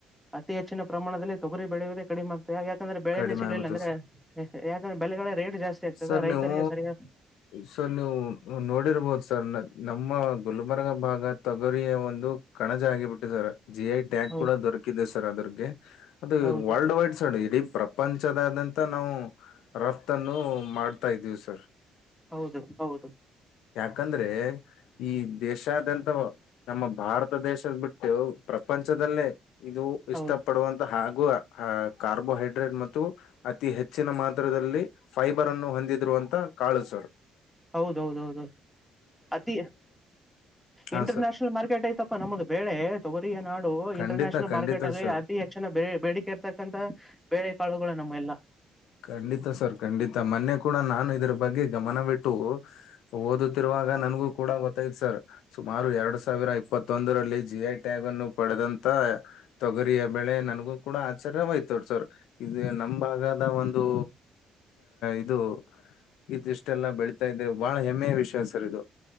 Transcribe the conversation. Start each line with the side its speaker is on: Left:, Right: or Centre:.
Centre: ಅತಿ ಹೆಚ್ಚಿನ ಪ್ರಮಾಣದಲ್ಲಿ ತೊಗರಿ ಬೆಳೆಯುವುದೇ ಕಡಿಮೆ ಆಗ್ತದ ಯ ಯಾಕಂದ್ರೆ ಬೆಳೆನೇ
Left: ಕಡಿಮೆ
Centre: ಸಿಗ್ಲಿಲ್ಲ
Left: ಆಗುತ್ತೆ
Centre: ಅಂದ್ರೆ
Left: ಸರ್
Centre: ಯಾಕಂದ್ರೆ ಬೆಳಗಳ ರೇಟ್ ಜಾಸ್ತಿ ಆಗ್ತದೆ
Left: ಸರ್
Centre: ರೈತರಿಗೆ
Left: ನೀವು
Centre: ಸರಿಯಾದ
Left: ಸರ್ ನೀವುವು ನೋಡಿರ್ಬಹುದು ಸರ ನ ನಮ್ಮ ಗುಲ್ಬರ್ಗ ಭಾಗ ತೊಗರಿಯ ಒಂದು ಕಣಜ ಆಗಿಬಿಟ್ಟಿದಾರೆ ಸರ್ ಜಿ ಐ ಟ್ಯಾಂಕ್
Centre: ಹೌದು
Left: ಕೂಡ ದೊರಕಿದೆ ಸರ ಅದರಗೆ ಅದು
Centre: ಹೌದು
Left: ವರ್ಲ್ಡ್ ವೈಡ್ ಸರ್ ಇಡೀ ಪ್ರಪಂಚದಾದಂತ ನಾವು ರಫ್ತನ್ನು ಮಾಡ್ತಾ ಇದ್ದೀವಿ ಸರ್
Centre: ಹೌದು ಹೌದು
Left: ಯಾಕಂದ್ರೆ ಈ ದೇಶಾದ್ಯಂತವು ನಮ್ಮ ಭಾರತ ದೇಶದ ಬಿಟ್ಟು ಪ್ರಪಂಚದಲ್ಲೇ ಇದು ಇಷ್ಟಪಡುವಂತಹಾ
Centre: ಹೌದು
Left: ಗು ಅಹ ಕಾರ್ಬೋಹೈಡ್ರೇಟ್ ಮತ್ತು ಅತಿ ಹೆಚ್ಚಿನ ಮಾತ್ರದಲ್ಲಿ ಫೈಬರ್ ಅನ್ನು ಹೊಂದಿದ್ರು ಅಂತ ಕಾಳು ಸಾರ್
Centre: ಹೌದೌದೌದು ಅತಿ
Left: ಹಾ
Centre: ಇಂಟರ್ನ್ಯಷನಲ್
Left: ಸರ್
Centre: ಮಾರ್ಕೆಟ್ ಐತಪ್ಪ ನಮ್ಮದು ಬೆಳೆ ತಗೋ ರಿ ನಾಡು
Left: ಖಂಡಿತ
Centre: ಇಂಟರ್ ನ್ಯಾಷನಲ್
Left: ಖಂಡಿತ
Centre: ಮಾರ್ಕೆಟ್ ಅಲ್ಲಿ
Left: ಸರ್
Centre: ಅತಿ ಹೆಚ್ಚಿನ ಬೇಡಿಕೆ ಇರ್ತಕ್ಕಂತಹ ಬೇಳೆ ಕಾಳುಗಳು ನಮ್ಮಲ್ಲಿ ಇಲ್ಲಾ
Left: ಖಂಡಿತಾ ಸರ್ ಖಂಡಿತಾ ಮ ನ್ನೆ ಕೂಡ ನಾನು ಇದ್ರ ಬಗ್ಗೆ ಗಮನ ಬಿಟ್ಟು ಓದುತ್ತಿರುವಾಗ ನನಗು ಕೂಡ ಗೊತ್ತಾಯಿತು ಸರ್ ಸುಮಾರು ಎರಡ್ ಸಾವಿರ ಇಪ್ಪತ್ತೊಂದರಲ್ಲಿ ಜಿಐ ಟ್ಯಾಗ ಅನ್ನು ಪಡೆದಂತ ತೊಗರಿಯ ಬೆಳೆ ನನ್ಗೂ ಕೂಡ ಆಚಾರ್ಯವಾಯ್ತ ಸರ್ ಇದು ನಮ್ಮ ಭಾಗದ ಒಂದು ಇದು ಇದಿಷ್ಟೆಲ್ಲ ಬೆಳತಾ ಇದೆ ಬಹಳ ಹೆಮ್ಮೆಯ ವಿಷಯ ಸರ್ ಇದು